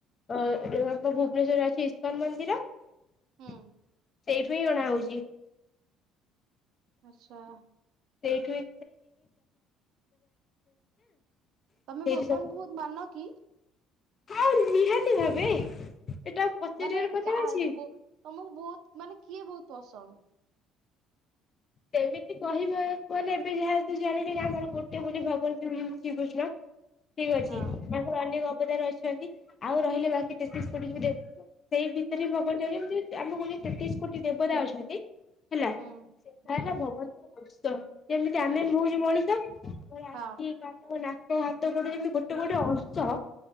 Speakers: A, on the left; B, on the right.
A: ଅ ଭୁବନେଶ୍ୱର ଅଛି ଇସ୍କାନ ମନ୍ଦିର।
B: ହୁଁ
A: ସେଇଥି ପାଇଁ ଅଣା ହଉଚି।
B: ଆଛା।
A: ସେଇଠୁ <unintelligible> ସେଇଠି
B: ତମେ ଭଗବାନଙ୍କୁ
A: ସବୁ
B: ବହୁତ ମାନ କି?
A: ହଁ ନିହାତି ଭାବେ ଏଟା ପଚାରିବାର
B: ମାନେ
A: କଥା
B: କାହା
A: ଅଛି।
B: ତମକୁ ବହୁତ ମାନେ କିଏ ବହୁତ ପସନ୍ଦ?
A: ସେମିତି କହିବା ମାନେ ଏବେ ଯାହାେତୁ ଜାଣିଲେ ଆମର ଗୋଟେ ବୋଲି ଭଗବାନ ଶ୍ରୀ ଶ୍ରୀକୃଷ୍ଣ। ଠିକ୍ ଅଛି
B: ହଁ
A: ତାଙ୍କର ଅନେକ ଅବଦାର ଅଛନ୍ତି ଆଉ ରହିଲେ ବାକି ତେତିଶ କୋଟିକି ବି ସେଇ ଭିତରେ ଭଗବାନ ଯତି ଆମେ କହୁଛ ତେତିଶ କୋଟି ଦେବତା ଅଛନ୍ତି ହେଲା।
B: ହୁଁ
A: ସେଟା ହେଲା
B: ହୁଁ
A: ଭଗବାନଙ୍କ ବତ୍ସ ଯେମିତି ଆମେ ବି ହୋଉଚି ମଣିଷ ଆମର ଆଖି
B: ହଁ
A: ତାଙ୍କ ନାକ ହାତ ଗୋଟେ ଯେମିତି ଗୋଟେ ଗୋଟେ ଅଂଶ